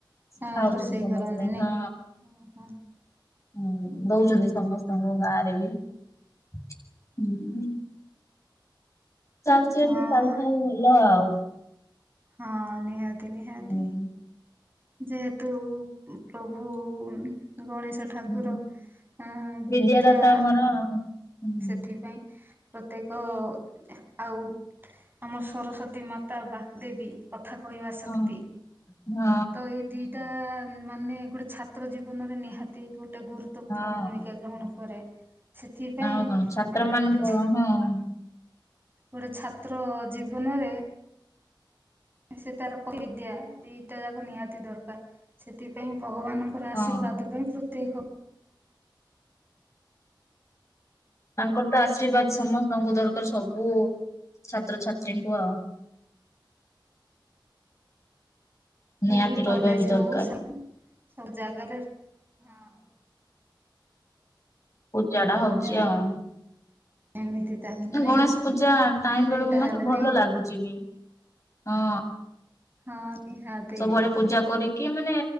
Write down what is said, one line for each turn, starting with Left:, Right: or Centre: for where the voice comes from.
Right: ହଁ
Left: ଖାଉଛନ୍ତି
Right: ରୋଷେଇ
Left: ସମସ୍ତେ
Right: କରନ୍ତି ନାଇଁ
Left: ହଁ
Right: ହଁ ହଁ।
Left: ହଁ ଦଉଛନ୍ତି ସମସ୍ତଙ୍କୁ ଗାଁ <inaudible> ହୁଁ ଚାଲିଛି ଏମତି
Right: ହଁ
Left: ଚାଲିଥାଉ ଭଲ ଆଉ
Right: ହଁ ନିହା ଟି ନିହାତି
Left: ହୁଁ।
Right: ଯେହେତୁ ପ୍ରଭୁ ଗଣେଶ ଠାକୁର
Left: ହୁଁ
Right: ଆ
Left: ବିଦ୍ୟାଦାତା
Right: ବିଦ୍ୟା
Left: ଆମର ଆଉ। ହୁଁ
Right: ସେଥିପାଇଁ ପ୍ରତ୍ୟେକ ଆଉ ଆମର ସରସ୍ଵତୀ ମାତା ବାଗଦେବୀ କଥା କହିବା ଶକ୍ତି
Left: ହଁ। ହଁ
Right: ତ ଏଇ ଦିଟା ମାନେ ଗୋଟେ ଛାତ୍ର ଜୀବନରେ ନିହାତି ଗୋଟେ ଗୋଟେ ଗୁରୁତ୍ୱପୂର୍ଣ୍ଣ
Left: ହଁ
Right: ଭୂମିକା ଗ୍ରହଣ କରେ ସେଥିପାଇଁ
Left: ଆଉ କଣ ଛାତ୍ର ମାନଙ୍କ
Right: ଗୋଟେ
Left: ହଁ ହଁ।
Right: ଗୋଟେ ଛାତ୍ର ଜୀବନରେ ସେତାର ବିଦ୍ୟା ନିହାତି ଦରକାର ସେଥିପାଇଁ ଭଗବାନଙ୍କର
Left: ହଁ
Right: ଆଶୀର୍ବାଦ ପାଇଁ ପ୍ରତ୍ୟେକ
Left: ତାଙ୍କର ତ ଆଶୀର୍ବାଦ ସମସ୍ତଙ୍କୁ ଦରକାର ସବୁ ଛାତ୍ରଛାତ୍ରୀଙ୍କୁ ଆଉ। ନିହାତି
Right: ସ୍କୁଲ, କଲେଜ
Left: ରହିବା ବି ଦରକାର
Right: ହଉ ସବୁ ଜାଗାରେ ହଁ।
Left: ପୂଜା ଟା
Right: ଏଇଭଳିଆ
Left: ହଉଛି ଆଉ
Right: ଆଉ ଏମିତି ତାହେଲେ ନାଇଁ
Left: ଗଣେଶ ପୂଜା ଟାଇମ
Right: ଏମିତି
Left: ବେଳକୁ
Right: ତାହେଲେ
Left: ମାନେ ଭଲ
Right: ନାଇଁ କି
Left: ଲାଗୁଛି ବି। ହଁ।
Right: ହଁ। ନିହାତି।
Left: ସବୁଆଡେ ପୂଜା କରି କି ମାନେ